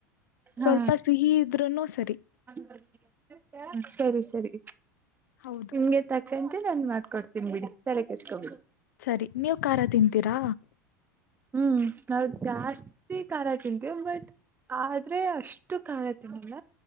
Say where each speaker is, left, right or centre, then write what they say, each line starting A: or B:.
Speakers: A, on the right (about 20°); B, on the left (about 75°).
A: ಹಾ
B: ಸ್ವಲ್ಪ ಸಿಹಿ ಇದ್ರುನು ಸರಿ
A: ಬೇಡ ಸರಿ ಸರಿ
B: ಹೌದು
A: ನಿಮ್ಗೆ ತಕ್ಕಂತೆ ನಂದನ್ ಮಾಡ್ಕೊಡ್ತೀನಿ ತಲೆ ಕೆಸ್ಕೊಬಿಡಿ
B: ಸರಿ ನೀವು ಖಾರ ತಿಂತೀರಾ
A: ಹ್ಮ್ ಹೌದ ಜಾಸ್ತಿ ಖಾಲ ತಿಂತೇವಿ ಬಟ್ ಆದ್ರೆ ಅಷ್ಟು ಖಾಲ ತಿನ್ನಲ್ಲ